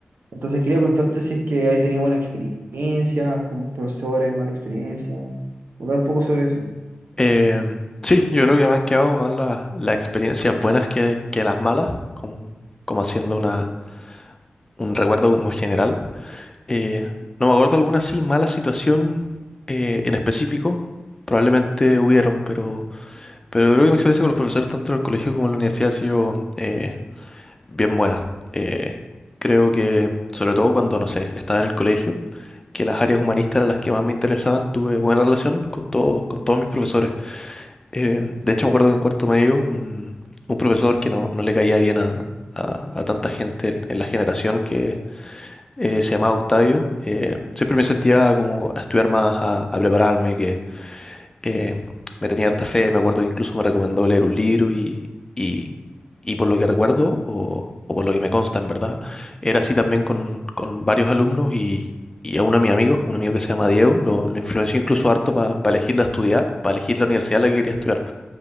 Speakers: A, on the right (about 80°); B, on the left (about 20°).
A: Entonces quería preguntarte si es que hay tenido buena experiencia, con profesores, mala experiencia, hablar un poco sobre eso.
B: Em, sí, yo creo que me han quedado más las, las experiencias buenas que, que las malas, como, como haciendo una, un recuerdo como general. Eh, no me acuerdo alguna así mala situación eh, en específico. Probablemente hubieron, pero, pero creo que mi experiencia con los profesores tanto en el colegio como en la universidad ha sido eh, bien buena. Eh, creo que, sobre todo cuando, no sé, estaba en el colegio, que las áreas humanistas eran las que más me interesaban, tuve buena relación con todo, con todos mis profesores. Eh, de hecho, me acuerdo que en cuarto medio, un, un profesor que no, no le caía bien a, a- a tanta gente en en la generación que eh, se llamaba Octavio, eh, siempre me sentía como a estudiar más, a, a prepararme, que eh, me tenía harta fe, me acuerdo que incluso me recomendó leer un libro y, y, y por lo que recuerdo, o, o por lo que me consta en verdad, era así también con, con varios alumnos y, y a uno de mis amigos, un amigo que se llama Diego, lo, lo influenció incluso harto para elegir la estudiar, para elegir la universidad a la que quería estudiar.